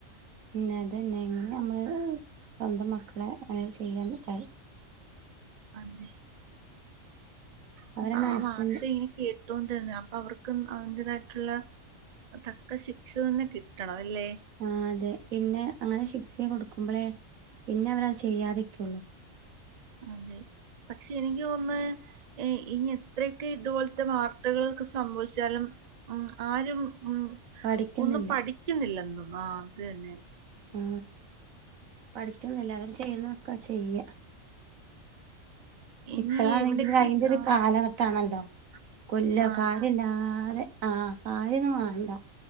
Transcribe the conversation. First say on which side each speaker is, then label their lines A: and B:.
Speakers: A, on the right (about 85°); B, on the right (about 40°).
A: പിന്ന അതന്നെ ഇങ്ങനെ നമ്മള് സ്വന്തം മക്കളെ അങ്ങനെ ചെയ്യാൻ കാര്
B: അത
A: അവരെ
B: അപ്പ
A: മനസ്സിന്
B: ആ വാർത്ത ഇങ്ങനെ കേട്ടോൊണ്ടന്ന അപ്പൊ അവർക്ക് അവന്റേതായിട്ടുള്ള തക്ക ശിക്ഷ തന്നെ കിട്ടണം അല്ലേ
A: ആ അതെ പിന്നെ അങ്ങനെ കൊടുക്കുമ്പോളേ പിന്നെ അവരത് ചെയ്യാതിരിക്കുള്ളു
B: അതെ പക്ഷെ എനിക്ക് ഒന്ന് ഇനി എത്രയൊക്കെ ഇതുപോലത്തെ വാർത്തകളൊക്കെ സംഭവിച്ചാലും ഉം ആരും ഉം
A: പഠിക്കുന്നില്ല
B: ഒന്നും പഠിക്കുന്നില്ലന്തോന്നാ അത്ന്നെ
A: ആ പഠിക്കുന്നില്ല അവര് ചെയ്യണ നക്ക ചെയ്യ
B: ഇനി
A: ഇപ്പഴാണെങ്കില്
B: ഇവിടേക്ക്
A: അതിന്റെ ഒരു
B: ആ
A: കാലഘട്ടമാണല്ലോ കൊല്ല
B: ആണ്
A: കാര്യല്ലാതെ ആ കാര്യൊന്നും വേണ്ട